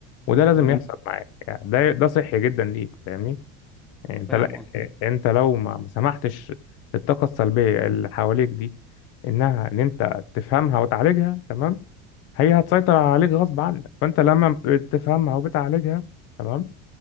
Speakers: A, on the left; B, in the centre.
A: وده لازم
B: تمام
A: يحصل معاك يعني ده ده صحي جدا ليك فاهمني يعني انت
B: فاهم
A: لا
B: قصدك
A: انت لو ما ما سمحتش للطاقه السلبيه اللي حواليك دي انها ان انت تفهمها وتعالجها تمام هي هتسيطر عليك غصب عنك فانت لما بتفهمها وبتعالجها تمام